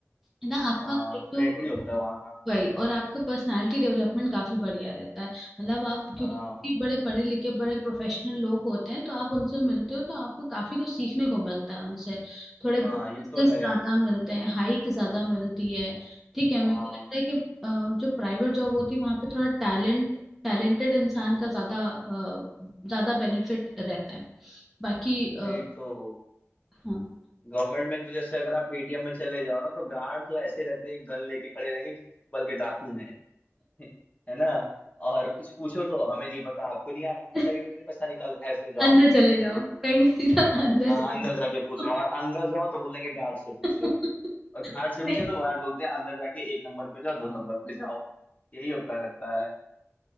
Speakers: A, in the centre; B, on the left (about 30°).
A: है ना आपका
B: हाँ
A: एक तो
B: फ्रेंडली होता है वहाँ का
A: वही और आपका पर्सनालिटी डेवलपमेंट काफी बढ़िया रहता है मतलब आप क्योंकि
B: हाँ।
A: बड़े पढ़े लिखे बड़े प्रोफेशनल लोग होते हैं तो आप उनसे मिलते हो तो आपको काफी कुछ सीखने को मिलता है उनसे थोड़े बोनसेस
B: हाँ ये तो है
A: ज्यादा मिलते हैं हाइक ज्यादा मिलती है ठीक है मेरे
B: हाँ
A: को लगता है कि अ, जो प्राइवेट जॉब होती है वहां पे थोड़ा टैलेंट टैलेंटेड इंसान का ज्यादा अ, ज्यादा बेनिफिट रहता है बाकी अ,
B: भाई तो
A: हाँ
B: गवर्नमेंट में तो जैसे अगर आप एटीएम में चले जाओ ना तो गार्ड तो ऐसे रहते हैं गन लेके खड़े रहेंगे जैसे बल्कि डाकू हैं <laughs> है ना और कुछ पूछो तो हमें नहीं पता आपको नहीं आता
A: <laughs>
B: एटीएम से पैसा निकाल ऐसे जवाब
A: अंदर
B: मिलते
A: चले
B: हैं उनसे
A: जाओ कहीं सीधा अंदर
B: हाँ
A: चले
B: अंदर
A: जाओ
B: जाके पूछो और अंदर जाओ तो बोलेंगे गार्ड से पूछो
A: <laughs>
B: और गार्ड से
A: नहीं
B: पूछे तो गार्ड बोलते हैं अंदर जाके एक नंबर पे जाओ दो नंबर पे जाओ यही होता रहता है